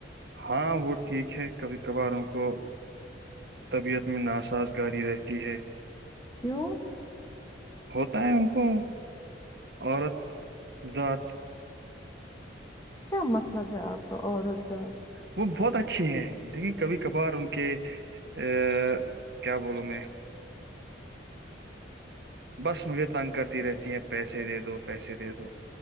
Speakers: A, on the right (about 60°); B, on the left (about 15°).
A: ہاں وہ ٹھیک ہے کبھی کبھاروں کو طبیعت میں ناسازگاری رہتی ہے
B: کیوں
A: ہوتا ہے ان کو عورت ذات
B: کیا مطلب ہے آپ کا عورت ذات
A: وہ بہت اچھی ہیں لیکن کبھی کبھار ان کے ا کیا بولوں میں بس مجھے تنگ کرتی رہتی ہیں پیسے دے دو پیسے دے دو